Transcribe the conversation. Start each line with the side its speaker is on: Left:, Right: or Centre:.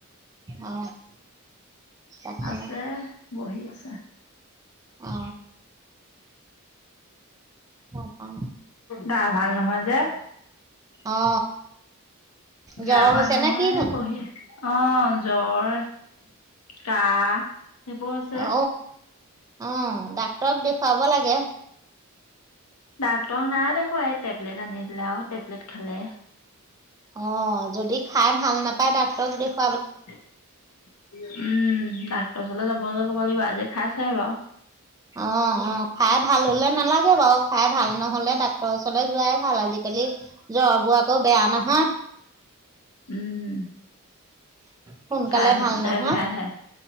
Right: অ তাকে
Left: আছে বহি আছে।
Right: অ। তাৰপা
Left: গা ভাল নহয় যে।
Right: অ জ্বৰ
Left: গা ভাল
Right: হৈছে
Left: নহয়
Right: নে কিনো
Left: বহি অ জ্বৰ। কাহ সেইবোৰ আছে।
Right: অ অ ডাক্তৰক দেখুৱাব লাগে।
Left: ডাক্তৰক নাই দেখোৱা এই টেবলেট আনি দিলে আৰু টেবলেট খালে।
Right: অ যদি খাই ভাল নাপায় ডাক্তৰক দেখোৱা
Left: উম ডাক্তৰ ওচৰলৈ যাবলৈ ক'ব লাগিব আজি খাই চেহে বাৰু।
Right: অ অ খাই ভাল হলে নালাগে বাও। খাই ভাল নহ'লে ডাক্তৰৰ ওচৰলৈ যোৱাই ভাল আজিকালি জ্বৰবোৰ আকৌ বেয়া নহয়।
Left: উম।
Right: সোনকালে
Left: চাই থাকিলে
Right: ভাল নহয়
Left: বেয়াহে